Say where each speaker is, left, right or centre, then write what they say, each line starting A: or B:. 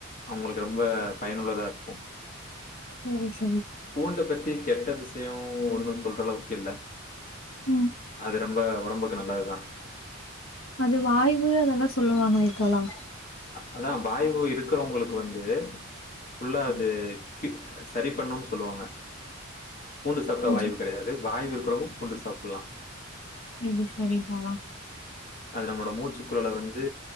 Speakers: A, on the left; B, on the left.
A: அவுங்களுக்கு ரொம்ப பயனுள்ளதா இருக்கு
B: செரி
A: பூண்ட பத்தி கெட்ட விஷயோ ஒன்னு சொல்ற அளவுக்கு இல்ல
B: ம்
A: அது ரொம்ப ஒடம்புக்கு நல்லதுதா
B: அது வாய்வு அதெல்லா சொல்லுவாங்ளே தோழா
A: அதா வாய்வு இருக்கிறவங்களுக்கு வந்து ஃபுல்லா
B: ம்
A: அது கி சரி பண்ணுனு சொல்வாங்க பூண்டு சாப்ட்டா
B: சரி
A: வாய்வு கெடையாது வாய்வு இருக்குறவங்க பூண்டு சாப்ல்லா
B: செரி செரி பா
A: அது நம்ளோட மூச்சுக்குழல வந்து